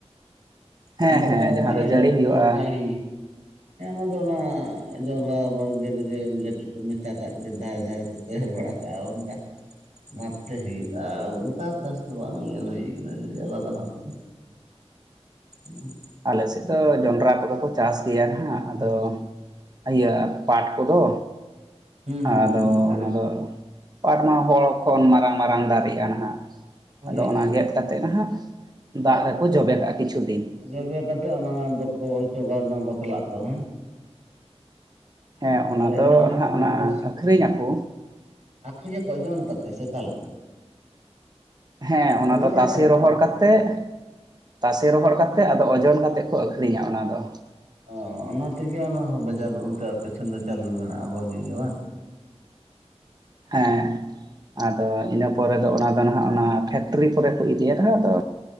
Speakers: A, on the right; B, on the right.
A: ᱦᱮᱸ
B: ᱟᱵᱚᱣᱟᱜ
A: ᱦᱮᱸ ᱡᱟᱦᱟᱸ ᱡᱟᱹᱲᱤ ᱦᱩᱭᱩᱜᱼᱟ
B: ᱫᱚ <unintelligible> ᱡᱟᱲᱤ ᱦᱮᱸ ᱚᱱᱟ ᱫᱚ ᱚᱱᱟ ᱡᱚᱱᱰᱨᱟ ᱵᱟᱲᱜᱮ ᱨᱮᱜᱮ ᱠᱟᱹᱴᱤᱡ ᱠᱚ ᱢᱮᱥᱟ ᱠᱟᱜ ᱜᱮ ᱫᱷᱟᱨᱮ ᱫᱷᱟᱨᱮ ᱛᱮ᱾ ᱮᱨ ᱵᱟᱲᱟ ᱠᱟᱜ-ᱟ, ᱚᱱᱠᱟ᱾ ᱵᱷᱟᱵᱛᱮ ᱦᱩᱭᱩᱜᱼᱟ, ᱚᱱᱠᱟ ᱪᱟᱥ ᱫᱚ ᱵᱟᱝ ᱧᱮᱞ ᱦᱩᱭ ᱠᱟᱱᱟ ᱡᱮ ᱟᱞᱟᱫᱟ ᱵᱷᱟᱵᱽ ᱛᱮ᱾
A: <inaudible>
B: ᱦᱩᱸ᱾
A: ᱟᱞᱮ ᱥᱮᱫ ᱫᱚ ᱡᱚᱱᱰᱨᱟ ᱠᱚᱫᱚ ᱠᱚ ᱪᱟᱥ ᱜᱮᱭᱟ ᱦᱟᱸᱜ ᱟᱫᱚ ᱤᱭᱟᱹ ᱯᱟᱴ ᱠᱚᱫᱚ
B: ᱦᱩᱸ ᱦᱩᱸ
A: ᱟᱫᱚ
B: ᱦᱩᱸ ᱛᱚᱵᱮ
A: ᱚᱱᱟ ᱫᱚ ᱯᱟᱴ ᱢᱟ ᱦᱚᱲ ᱠᱷᱚᱱ ᱢᱟᱨᱟᱝ ᱢᱟᱨᱟᱝ ᱫᱟᱨᱮᱜᱼᱟ ᱱᱟᱦᱟᱜ
B: ᱦᱳᱭ
A: ᱟᱫᱚ
B: ᱦᱳᱭ
A: ᱚᱱᱟ ᱜᱮᱛ ᱠᱟᱛᱮᱫ ᱱᱟᱦᱟᱜ ᱫᱟᱜ ᱨᱮᱠᱚ ᱡᱚᱵᱮ ᱠᱟᱜᱼᱟ, ᱠᱤᱪᱷᱩ ᱫᱤᱱ᱾
B: ᱡᱚᱵᱮ ᱠᱟᱛᱮᱜ ᱚᱱᱟ ᱫᱚᱠᱚ ᱚᱪᱚᱜᱟ ᱚᱱᱟ ᱵᱟᱯᱞᱟᱜ ᱫᱚ ᱦᱮᱸ᱾
A: ᱦᱮᱸ
B: ᱚᱱᱟ ᱨᱮᱭᱟᱜ
A: ᱫᱚ
B: ᱡᱟᱦᱟᱸ
A: ᱱᱟᱦᱟᱜ
B: ᱚᱱᱟ ᱫᱚ
A: ᱟᱹᱠᱷᱨᱤᱧ ᱟᱠᱚ
B: ᱟᱹᱠᱷᱨᱤᱧ ᱟᱠᱚ ᱚᱡᱚᱱ ᱠᱟᱛᱮ ᱥᱮ? ᱚᱠᱟᱞᱮᱠᱟ
A: ᱦᱮᱸ,
B: ᱳᱡᱚᱱ
A: ᱚᱱᱟ ᱫᱚ ᱛᱟᱥᱮ
B: ᱟᱠᱟᱫ
A: ᱨᱚᱦᱚᱲ
B: ᱯᱮ?
A: ᱠᱟᱛᱮ ᱛᱮᱫ ᱛᱟᱥᱮ ᱨᱚᱦᱚᱲ ᱠᱟᱛᱮᱫ ᱟᱫᱚ ᱳᱡᱚᱱ ᱠᱟᱛᱮᱫ ᱠᱚ ᱟᱹᱠᱷᱨᱤᱧᱟ ᱚᱱᱟ ᱫᱚ᱾
B: ᱚ ᱚᱱᱟ ᱛᱮᱜᱮ ᱚᱱᱟ ᱵᱟᱡᱟᱨ ᱚᱱᱛᱮ ᱟᱯᱮ ᱥᱮᱱ ᱫᱚ ᱪᱟᱹᱞᱩ ᱢᱮᱱᱟᱜᱼᱟ ᱵᱷᱟᱜᱤ ᱜᱮ ᱵᱟᱝ?
A: ᱦᱮᱸ, ᱟᱫᱚ ᱤᱱᱟᱹ ᱯᱚᱨᱮ ᱫᱚ ᱚᱱᱟ ᱫᱚ ᱱᱟᱜ ᱚᱱᱟ ᱯᱷᱮᱠᱴᱨᱤ ᱠᱚᱨᱮ ᱠᱚ ᱤᱫᱤᱭᱟ, ᱟᱫᱚ